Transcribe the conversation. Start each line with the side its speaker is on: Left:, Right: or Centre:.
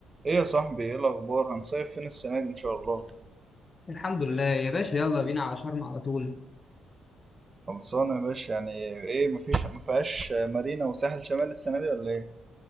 Right: ايه يا صاحبي ايه الاخبار هنصيف فين السنه دي ان شاء الله
Left: الحمد لله يا باشا يلا بينا على شرم على طول
Right: خلصانه يا باشا يعني ايه مفيش مفيهاش مارينا وساحل شمال السنه دي ولا ايه